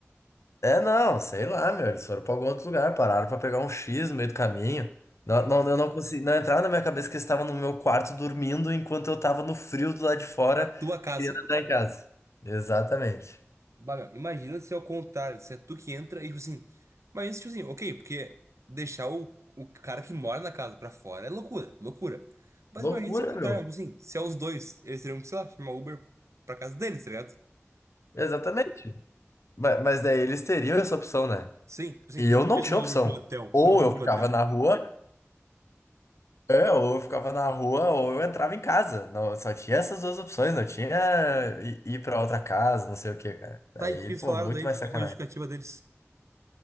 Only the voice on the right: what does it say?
Ah, mas
Na tua casa.
Bah, meu, imagina se é o contrário, se é tu que entra e, tipo assim. Imagina se, tipo assim, ok, porque deixar o, o cara que mora na casa pra fora é loucura, loucura. Mas
imagina se é o contrário,
tipo assim, se é os dois, eles teriam que, sei lá, chamar Uber pra casa deles, tá ligado?
Sim, tipo assim,
tu
não podia
chamar
Uber pra um hotel,
tu não podia
ir pra
um hotel.
Tá, e o que eles
falaram
daí?
Qual
foi a justificativa deles?